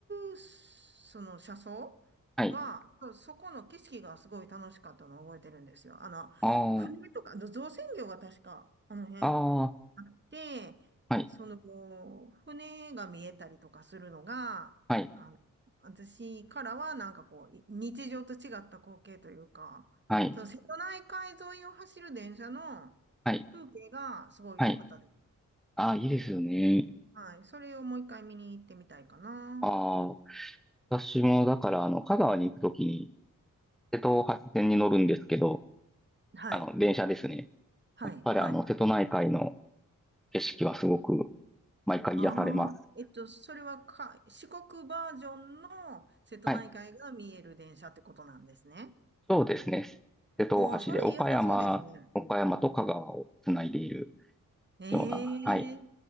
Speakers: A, on the right (about 30°); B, in the centre.
A: る、その車窓が、
B: はい。
A: そそこの景色がすごい楽しかったのを覚えてるんですよ。あの、
B: あ
A: 船とか、あの造船業が確か、あの辺。
B: あ。ああ。
A: あって、
B: はい。
A: その、船が見えたりとかするのが、
B: はい。
A: あの、私からはなんかこう、い日常と違った光景というか、
B: はい。
A: その瀬戸内海沿いを走る電車の風景がすごい良かったです。
B: はい。はい。ああ、いいですよね。
A: はい。それをもう一回見に行ってみたいかな。
B: ああ。私も、だから、あの、香川に行くときに、瀬戸大橋線に乗るんですけど、
A: はい。
B: あの、電車ですね。
A: はい。
B: やっぱり、
A: はい。
B: あの、瀬戸内海の景色はすごく、毎回癒されます。
A: ああ、えっと、それはか、四国バージョンの瀬戸内海が見える電車ってことなんですね。
B: はい。そうですね。瀬戸大橋で、
A: おー、それ良さそうですね。
B: 岡山、岡山と香川をつないでいる
A: ええ
B: ような、はい、